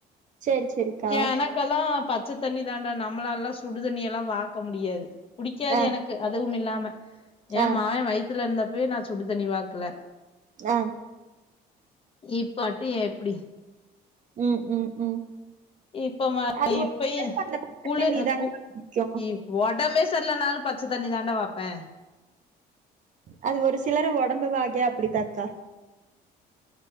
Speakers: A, on the right (about 45°); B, on the left (about 35°).
A: சேரி சேரிக்கா
B: எனக்கெல்லா பத் பச்ச தண்ணி தாண்டா நம்மளல்லாம் சுடுதண்ணியெல்லா வாக முடியாது புடிக்காது
A: ஆ
B: எனக்கு அ அதுவுமில்லாமா ஏன்
A: ஆ
B: மா வயித்துலருந்த ப்பவே நா சுடு தண்ணி வாக்ல
A: ஆ
B: இப்பாட்டு ஏ எப்டி
A: ம் ம் ம்
B: இப்போ வ
A: அது
B: இப்பயே
A: ஒரு சிலருக்கு அந்த பச்ச
B: குழு
A: தண்ணி
B: அ
A: தான்க்கா
B: கு
A: புடிக்கு
B: அ ஒடம்பே ல்ல நாலும் பச்சதண்ணி இனி தாண்டா வப்பேன்
A: அது ஒரு சிலர் உடம்பு வாகே அப்டித்தகா